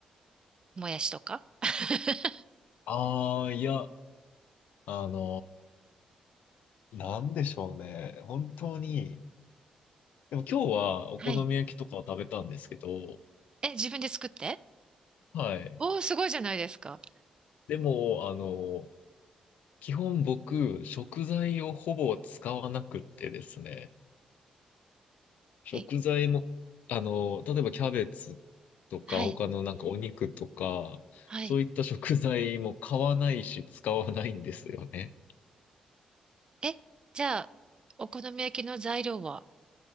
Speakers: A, on the right; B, on the left.
A: もやしとか <laughs>
B: ああ、いや、あのーなんでしょうね。本当に。でも今日はお好み焼きとかを食べたんですけど、
A: はい。え、自分で作って
B: はい。
A: おー、すごいじゃないですか。
B: でも、あのー基本僕、食材をほぼ使わなくってですね。食材も、
A: え、
B: あのー例えばキャベツとか、
A: はい、
B: 他のなんかお肉とか、
A: はい。
B: そういった食材も買わないし、使わないんですよね。
A: え、じゃあ、お好み焼きの材料は